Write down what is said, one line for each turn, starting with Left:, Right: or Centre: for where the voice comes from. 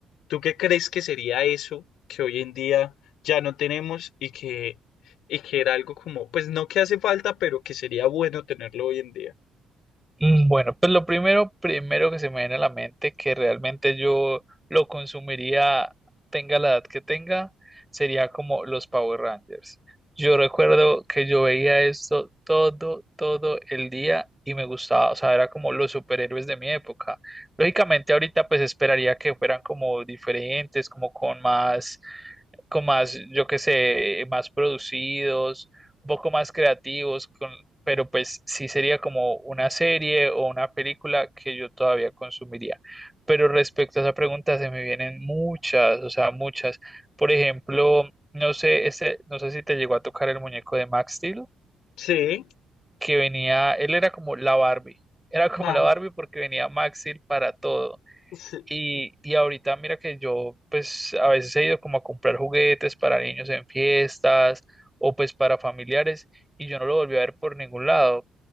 Left: ¿Tú qué crees que sería eso que hoy en día ya no tenemos y que, y que era algo como, pues no que hace falta, pero que sería bueno tenerlo hoy en día?
Centre: Mm, Bueno, pues lo primero, primero que se me viene a la mente que realmente yo lo consumiría, tenga la edad que tenga, sería como los Power Rangers. Yo recuerdo que yo veía esto todo, todo el día y me gustaba, o sea, era como los superhéroes de mi época. Lógicamente ahorita pues esperaría que fueran como diferentes, como con más con más, yo qué sé, más producidos, un poco más creativos, con, pero pues sí sería como una serie o una película que yo todavía consumiría. Pero respecto a esa pregunta, se me vienen muchas, o sea, muchas. Por ejemplo, no sé, este, no sé si te llegó a tocar el muñeco de Max Steel,
Left: Sí,
Centre: que venía, él era como la Barbie, era como
Left: ajá,
Centre: la Barbie porque venía Max Steel para todo.
Left: sí,
Centre: Y, y ahorita mira que yo pues a veces he ido como a comprar juguetes para niños en fiestas o pues para familiares y yo no lo volví a ver por ningún lado.